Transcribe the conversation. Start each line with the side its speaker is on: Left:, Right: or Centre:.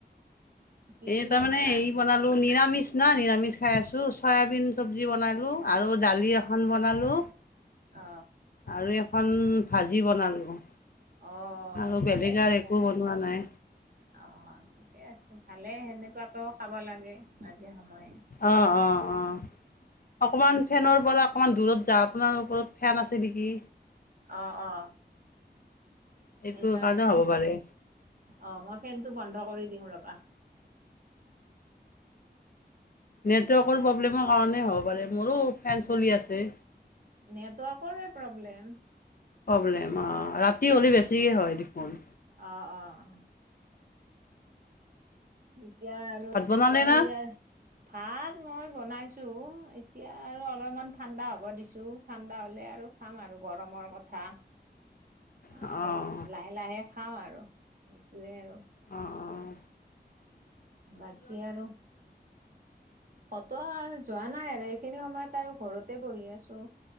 Right: কি
Left: এই
Right: কি
Left: তাৰমানে
Right: বনালা
Left: এই বনালো। নিৰামিষ না নিৰামিষ খাই আছো। চয়াবিন চব্জি বনালো আৰু দালি এখন বনালো।
Right: অ
Left: আৰু এখন ভাজি বনালো।
Right: অ
Left: আৰু বেলেগ
Right: ভালেই
Left: আৰু
Right: তেতিয়া
Left: একো
Right: আৰু
Left: বনোৱা নাই
Right: অ ঠিকে আছে, ভালে সেনেকুৱাকেও খাব লাগে মাজে সময়ে।
Left: অহ অহ অহ। অকমান ফেনৰ পৰা অকমান দূৰত যা আপোনাৰ ওপৰত ফেন আছে নেকি?
Right: আহ অ
Left: সেইটো
Right: সেইকাৰণে
Left: কাৰণে হ'ব পাৰে
Right: অ মই ফেনটো বন্ধ কৰি দিওঁ ৰবা।
Left: নেটৱৰ্কৰ প্ৰব্লেমৰ কাৰণে হ'ব পাৰে মোৰো ফেন চলি আছে।
Right: নেটৱৰ্কৰ প্ৰব্লেম।
Left: প্ৰব্লেম আহ ৰাতি হ'লে
Right: উম
Left: বেছিকে হয় দেখোন।
Right: অ অ অ এতিয়া আৰু
Left: ভাত বনালে
Right: ৰাতি
Left: না
Right: আৰ ভাত মই- বনাইছো এতিয়া আৰু অলপমান ঠাণ্ডা হ'ব দিছো। ঠাণ্ডা হলে আৰু খাম আৰু গৰম ৰ কথা
Left: অ'
Right: অলপ লাহে লাহে খাওঁ আৰু সেইটোয়ে আৰু।
Left: অঁ
Right: বাকি আৰু, ক-ত আৰু যোৱা নাই আৰু এইখিনি সময়ত আৰু ঘৰতে বহি আছো।